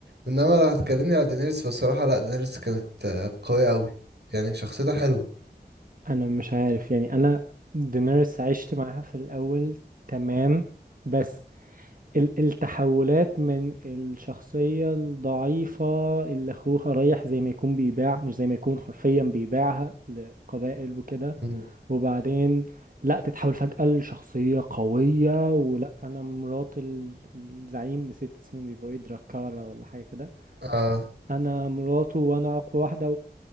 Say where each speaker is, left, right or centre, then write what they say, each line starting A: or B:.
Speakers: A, on the right; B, on the right.
A: انما لو هتكلمني على دينيرس فالصراحه لا دينيرس كانت آه، قويه قوي يعني شخصيتها حلوه
B: انا مش عارف يعني انا دينيرس عشت معاها في الاول تمام بس ال التحولات من الشخصية الضعيفة اللي اخوها رايح زي ما يكون بيباع مش زي ما يكون حرفيا بيباعها لقبائل وكده
A: مم.
B: وبعدين لا تتحول فجأة لشخصية قوية ولا أنا مرات ال- الزعيم نسيت اسمه بيبقى إيه دراكارا ولا حاجة كده
A: اه
B: أنا مراته وأنا أقوى واحدة و-